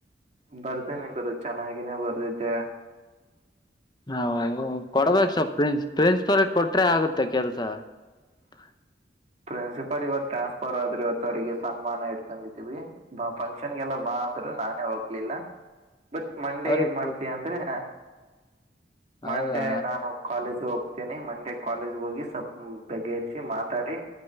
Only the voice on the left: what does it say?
ಹ ಕೊಡ್ಬೇಕಕ್ ಸ ಪ್ರಿನ್ಸ್ ಪ್ರಿನ್ಸ್ ಓರ್ಗೆ ಕೊಟ್ರೆ ಆಗುತ್ತೆ ಕೆಲ್ಸ. ಹ
ಅವ್ರಿಗ್
ಹೌದಾ